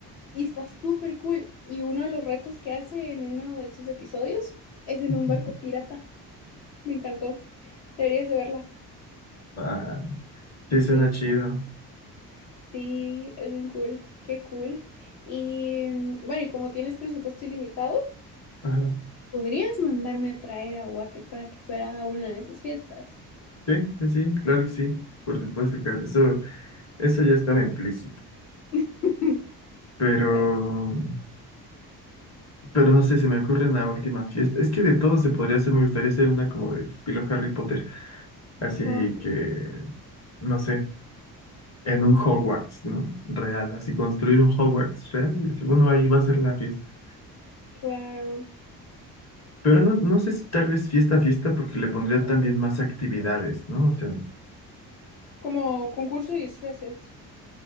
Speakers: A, on the left; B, on the left.
A: Y está súper cool. Y uno de los retos que hace en uno de sus episodios es en
B: ujú.
A: un barco pirata. Me encantó. Deberías de verla.
B: Ah, sí,
A: Sí,
B: suena chido.
A: sí, es bien cool. Qué cool. Y mm, bueno, y como tienes presupuesto ilimitado,
B: Ajá.
A: podrías mandarme a traer a Guate para que fuera a una de esas fiestas.
B: Sí, sí, sí, claro que sí. Por supuesto que eso, eso ya estaba implícito.
A: <laughs>
B: Pero,
A: Vale.
B: pero no sé, se me ocurre una última fiesta. Es que de todo se podría hacer, me gustaría hacer una como de estilo Harry Potter. Así
A: Ah,
B: que, no sé, en un Hogwarts, ¿no? Real, así construir un Hogwarts real. y decir, bueno, ahí va a ser la fiesta.
A: claro.
B: Pero no, no sé si tal vez fiesta, fiesta, porque le pondría también más actividades, ¿no? O sea.
A: Como concurso y disfraces.